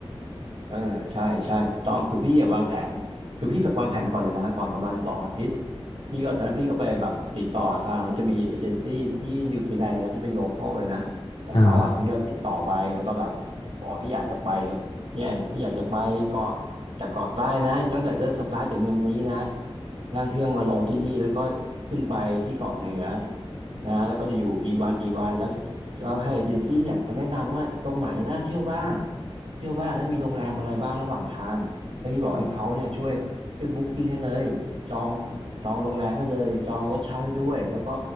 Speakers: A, on the right; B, on the left.
A: เออใช่ใช่ถูกต้องคือพี่อะวางแผนคือพี่วางแผนก่อนเลยนะก่อนประมาณสองอาทิตย์พี่ก็ตอนนั้นพี่ก็ไปแบบติดต่อทางมันจะมีเอเจนซี่ที่นิวซีแลนด์นะที่เป็นโลคอลเลยนะของเขาอ่ะพี่ก็ติดต่อไปแล้วก็แบบบอกพี่อยากจะไป
B: อ่า
A: เนี่ยพี่อยากจะไปเกาะจากเกาะใต้นะตั้งแต่เริ่มสตาร์ทจากเมืองนี้นะนั่งเครื่องมาลงที่นี่แล้วก็ขึ้นไปที่เกาะเหนือนะแล้วก็จะอยู่กี่วันกี่วันแล้วก็ให้เอเจนซี่เนี่ยเขาแนะนำว่าตรงไหนน่าเที่ยวบ้าง เที่ยวบ้างแล้วมีโรงแรมอะไรบ้างระหว่างทางแล้วพี่บอกให้เขาเนี่ยช่วยช่วยบุ๊กกิ้งให้เลยจองจองโรงแรมให้เลยจองรถเช่าให้ด้วยแล้วก็